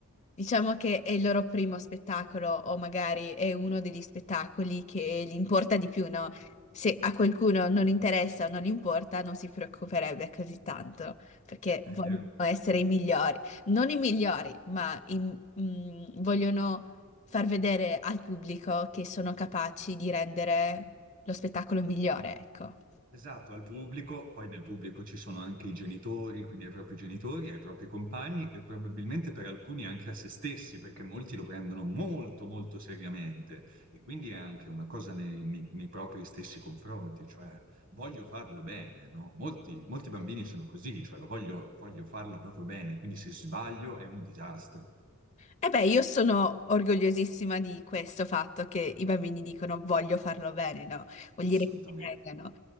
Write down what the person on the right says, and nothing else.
è
vero.
Esatto, al pubblico, poi nel pubblico ci sono anche i genitori, quindi ai propri genitori, ai propri compagni e probabilmente per alcuni anche a se stessi, perché molti lo prendono molto molto seriamente e quindi è anche una cosa nei, nei- nei propri stessi confronti, cioè voglio farlo bene, no? Molti, molti bambini sono così, cioè lo voglio, voglio farlo proprio bene, quindi se sbaglio è un disastro,
assolutamente.